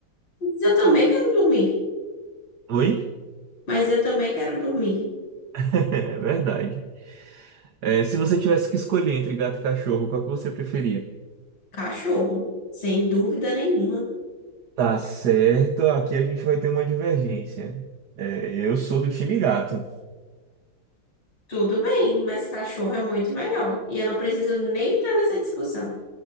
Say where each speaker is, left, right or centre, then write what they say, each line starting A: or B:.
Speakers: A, on the left (about 75°); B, on the right (about 55°).
A: Mas eu também quero dormir.
B: Oi? <laughs>
A: Mas eu também quero dormir.
B: É verdade. É, se você tivesse que escolher entre gato e cachorro, qual que você preferia?
A: Cachorro, sem dúvida nenhuma.
B: Tá certo, aqui a gente vai ter uma divergência. É, eu sou do time gato.
A: Tudo bem, mas cachorro é muito melhor. E eu não preciso nem entrar nessa discussão.